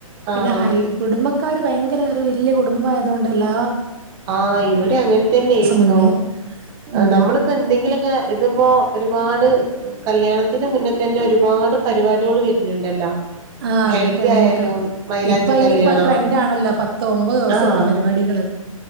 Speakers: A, on the right; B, on the right.
A: പിന്നെ
B: ആഹ്
A: ഹൽ കുടുംബക്കാര് ഭയങ്കര ഒരു വല്ല്യ കുടുംബം ആയത് കൊണ്ട് എല്ല
B: ആഹ് ഇവിടെ അങ്ങനെ തന്നെ യൊരുന്നു
A: മുന്നേ ഉം
B: നമ്മളിപ്പോ എന്തെങ്കിലുമൊക്കെ ഇതിപ്പോ ഒരുപാട് കല്യാണത്തിന് മുന്നേ തന്നെ ഒരുപാട് പരിപാടികൾ വരുന്നുണ്ടല്ലോ.
A: ആഹ്
B: ഹെൽദി
A: അങ്ങക്ക് അങ്ങനെയൊക്കെ
B: ആയാലും മൈലാഞ്ചി
A: ഇപ്പൊ അയിനിപ്പ
B: കല്യാണം
A: ട്രെൻഡ് ആണല്ലോ പത്ത് ഒമ്പത് ദിവസൊക്കെ
B: ആഹ്
A: പരിപാടികള്